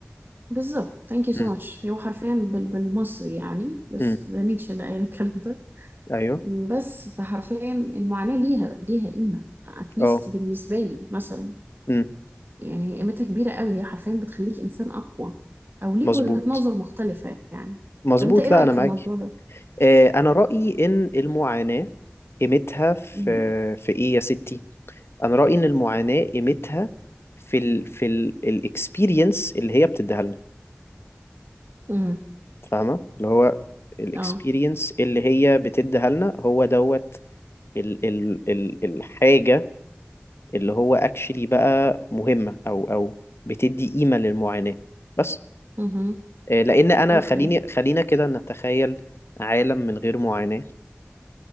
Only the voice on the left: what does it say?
امم
امم
أيوه
اه
امم
مظبوط
مظبوط
لا
أنا
معاكي
آه، أنا رأيي إن المعاناة قيمتها في
في إيه يا ستي انا رايي ان المعاناه قيمتها في ال في الاكسبيرينس اللي هي بتديها لنا
فاهمه اللي هو الاكسبيرينس
اللي هي بتديها لنا هو دوت ال ال ال الحاجه اللي هو اكشلي بقى مهمه او او بتدي قيمه للمعاناه بس
آه، لان انا
خليني خلينا كده نتخيل عالم من غير معاناه